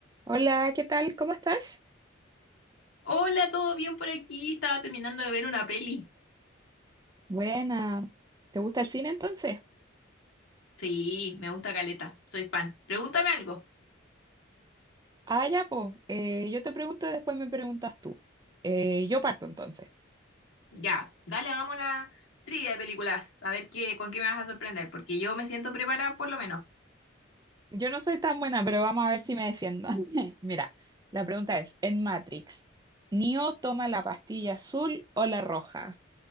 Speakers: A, on the right; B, on the left.
A: Hola, ¿qué tal? ¿Cómo estás?
B: Hola, ¿todo bien por aquí? Estaba terminando de ver una peli.
A: Buena. ¿Te gusta el cine entonces?
B: Sí, me gusta Caleta, soy fan. Pregúntame algo.
A: Ah, ya, pues. yo te pregunto y después me preguntas tú. Eh, yo parto entonces.
B: Ya, dale, hagamos una trivia de películas. A ver qué, con qué me vas a sorprender, porque yo me siento preparada por lo menos.
A: Yo no soy tan buena, pero vamos a ver si me defiendo. <laughs> Mira, la pregunta es, en Matrix, ¿Neo toma la pastilla azul o la roja?